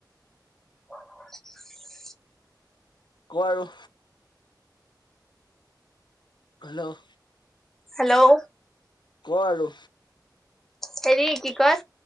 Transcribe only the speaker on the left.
কোৱা আৰু হেল্ল'
ক আৰু